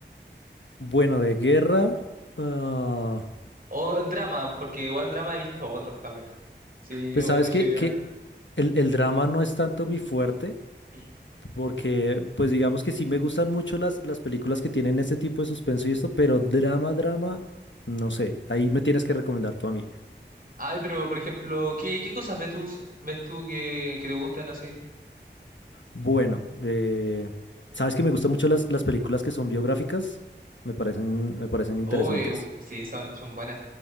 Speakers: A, on the left; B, on the right.
A: Bueno, de guerra. ah,
B: O drama, porque igual drama he visto otros también. Sí, yo,
A: pues sabes
B: yo soy
A: que,
B: bien
A: que
B: amplio.
A: el, el drama no es tanto mi fuerte,
B: Mm.
A: porque pues digamos que sí me gustan mucho las, las películas que tienen ese tipo de suspenso y esto, pero drama, drama, no sé. Ahí me tienes que recomendar tú a mí.
B: Ay, pero por ejemplo, ¿qué, qué cosas ves tú, ves tú que, que te gustan así?
A: Bueno, eh, sabes que me gustan mucho las, las películas que son biográficas, me parecen, me parecen
B: Oh,
A: interesantes.
B: eh, bu- sí, son, son buenas.